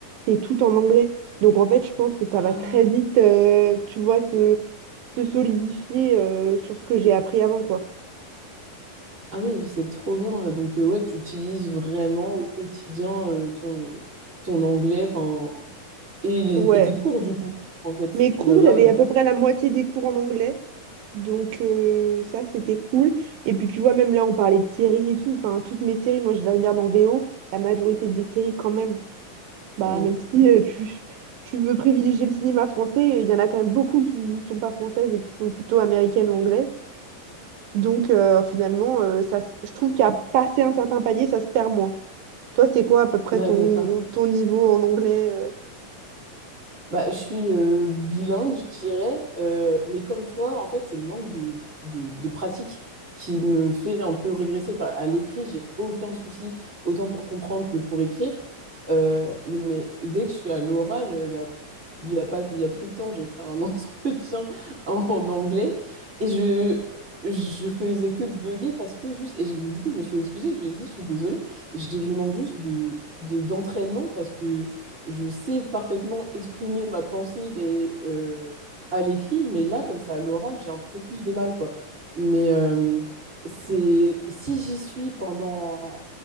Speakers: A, on the right (about 85°); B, on the right (about 20°).
A: c'est tout en anglais. Donc, en fait, je pense que ça
B: Ah,
A: va très vite, euh, tu vois, se, se solidifier euh, sur ce que j'ai appris avant, quoi.
B: ah oui, c'est trop bien. Donc, euh, ouais, tu utilises vraiment au quotidien euh, ton, ton anglais, enfin, et, les-
A: Ouais.
B: et tes cours, du coup, en fait,
A: Mes cours,
B: là-bas,
A: j'avais
B: euh,
A: à
B: du
A: peu
B: coup.
A: près la moitié des cours en anglais. Donc, euh, ça, c'était cool. Et puis, tu vois, même là, on parlait de séries et tout. Enfin, toutes mes séries, moi, je les regarde en VO. La majorité des séries, quand même. Bah,
B: Mm.
A: même si euh, tu, tu veux privilégier le cinéma français, il y en a quand même beaucoup qui ne sont pas françaises et qui sont plutôt américaines ou anglaises. Donc euh, finalement, euh, ça, se- je trouve qu'à passer un certain palier, ça se perd moins. Toi, c'est quoi à peu près
B: Ah,
A: ton,
B: d'accord.
A: ton niveau en anglais euh
B: Bah, je suis euh, bilingue, je dirais, euh, mais comme toi, en fait, c'est le manque de, de, de pratique qui me fait un peu régresser par- à l'écrit. J'ai aucun souci, autant pour comprendre que pour écrire. Euh, mais dès que je suis à l'oral, euh, il y a, il y a pas, il y a peu de temps, j'ai fait un <laughs> entretien en, en anglais et je, je faisais que de bugger parce que juste, et je- du coup, je me suis excusée, je lui ai dit, je suis désolée, je, je manque juste de, de, d'entraînement parce que je sais parfaitement exprimer ma pensée mais, euh, à l'écrit, mais là, comme ça, à l'oral, j'ai un peu plus de mal, quoi. Mais euh, c'est si j'y suis pendant,